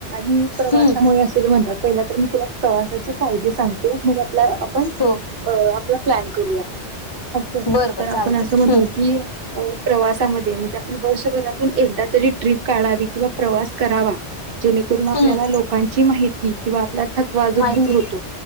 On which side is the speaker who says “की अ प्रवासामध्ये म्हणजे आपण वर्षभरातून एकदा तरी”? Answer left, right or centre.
Right